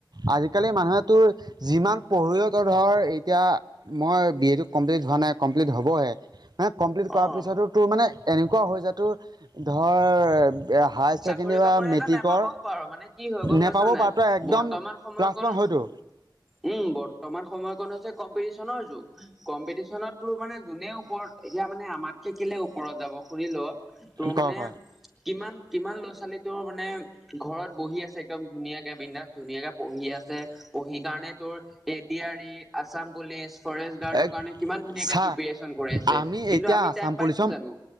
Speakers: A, on the right; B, in the centre.
A: আজি আজিকালি মানুহেতো যিমান পঢ়িল তো ধৰ এতিয়া মই বি এটো কমপ্লিট হোৱা নাই, কম <unintelligible> কমপ্লিট কৰাৰ
B: অ
A: পিছতো তোৰ মানে এনেকুৱা হৈ যায় তোৰ ধৰ হায়াৰ ছেকেণ্ডৰী
B: চাকৰি
A: বা
B: বাকৰি
A: মেট্ৰিকৰ
B: এটা নোপাবও পাৰো মানে কি হয় গম
A: নেপাব
B: পাইছ নাই
A: পাৰ তই একদম
B: বৰ্তমান
A: প্লাছ
B: সময়কণ
A: ওৱান হয় টো।
B: উম, বৰ্তমান সময়ক হৈছে কম্পি কম্পিটিছন ৰ যোগ কম্পিটিছনত টোৰ মানে জোনে ওপৰত এতিয়া মানে আমাতকে কেলে ওপৰত যাব শুনি ল' তোৰ
A: ক
B: মানে
A: ক
B: কিমান কিমান ল'ৰা ছোৱালী তোৰ মানে ঘৰত বহি আছে এক্দম ধুনীয়াকে বিন্দাছ ধুনীয়াকে পঢ়ি আছে পঢ়ি কাৰণে তোৰ এ দি আৰি আছাম পুলিচ ফৰেষ্ট গাৰ্ডৰ
A: এক
B: কাৰণে কিমান ধুনীয়াকে
A: চা
B: প্ৰিপেৰেচন কৰি আছে
A: আমি
B: কিন্তু
A: এতিয়া
B: আমি
A: আছাম
B: টাইম পাইছো
A: পুলিচৰ
B: জানো?